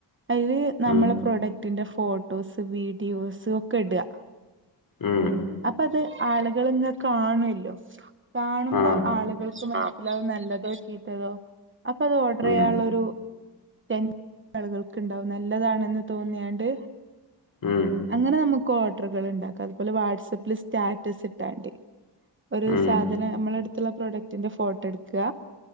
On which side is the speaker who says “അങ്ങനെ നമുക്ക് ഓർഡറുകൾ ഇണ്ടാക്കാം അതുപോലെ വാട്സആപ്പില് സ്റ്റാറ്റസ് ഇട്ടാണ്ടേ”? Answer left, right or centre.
Right